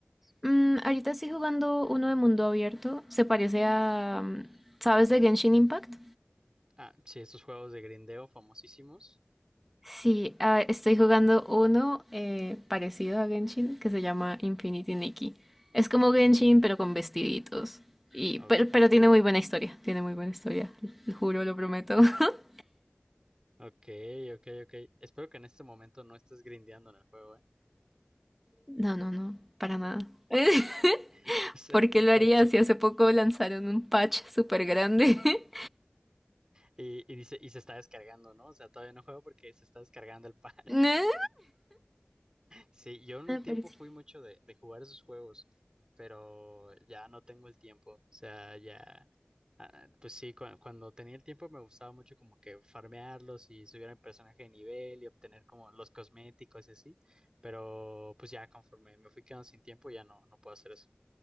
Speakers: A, in the centre; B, on the right.
A: Mm, ahorita estoy jugando uno de mundo abierto. Se parece a... mm, ¿Sabes de Genshin Impact?
B: Ah, sí, esos juegos de grindeo famosísimos.
A: Sí, ah, estoy jugando uno eh, parecido a Genshin que se llama Infinity Nikki. Es como Genshin,
B: Ok,
A: pero con vestiditos. Y,
B: o-
A: pero, pero tiene muy buena historia. Tiene muy buena historia. lo Juro, lo prometo.
B: o-
A: <laughs>
B: ok, ok, ok. Espero que en este momento no estés grindeando en el juego, ¿eh?
A: No, no, no. Para nada. <laughs>
B: <laughs> O sea,
A: ¿Por qué lo
B: porque...
A: haría si hace poco lanzaron un patch súper grande? <laughs>
B: Y, y dice, y se está descargando, ¿no? O sea, todavía no juego porque se está descargando el patch.
A: No,
B: Sí, yo un
A: me
B: tiempo
A: parece.
B: fui mucho de, de jugar esos juegos, pero ya no tengo el tiempo. O sea, ya, ah, pues sí, cua- cuando tenía el tiempo me gustaba mucho como que farmearlos y subir el personaje de nivel y obtener como los cosméticos y así, pero pues ya conforme me fui quedando sin tiempo ya no, no puedo hacer eso.